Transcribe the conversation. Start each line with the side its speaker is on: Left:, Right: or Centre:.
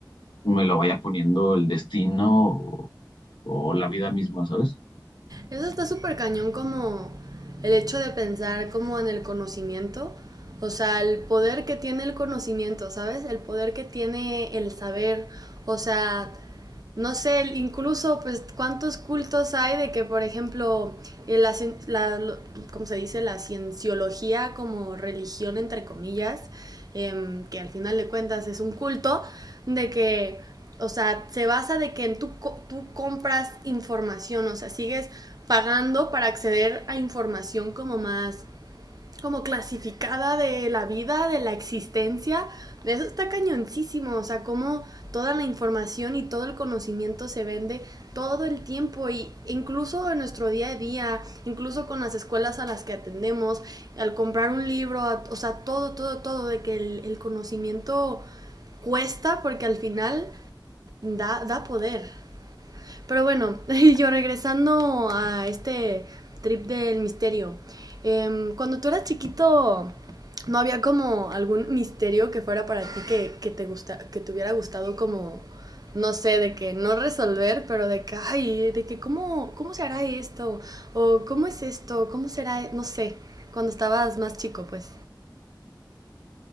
Left: me lo vaya poniendo el destino o, o la vida misma, ¿sabes?
Right: Eso está súper cañón como el hecho de pensar como en el conocimiento, o sea, el poder que tiene el conocimiento, ¿sabes? El poder que tiene el saber, o sea, no sé, el- incluso pues cuántos cultos hay de que, por ejemplo, eh, la, cien, la lo- ¿cómo se dice? La cienciología como religión, entre comillas, eh, que al final de cuentas es un culto, de que... O sea, se basa de que tú, co- tú compras información, o sea, sigues pagando para acceder a información como más, como clasificada de la vida, de la existencia. De eso está cañoncísimo, o sea, cómo toda la información y todo el conocimiento se vende todo el tiempo y incluso en nuestro día a día, incluso con las escuelas a las que atendemos, al comprar un libro, o sea, todo, todo, todo, de que el, el conocimiento cuesta porque al final da, da poder. Pero bueno, <laughs> yo regresando a este trip del misterio. em, cuando tú eras chiquito, ¿no había como algún misterio que fuera para ti que, que te, gusta, que te hubiera gustado como, no sé, de que no resolver, pero de que, ay, de que cómo, cómo se hará esto? ¿O cómo es esto? ¿Cómo será? No sé, cuando estabas más chico, pues.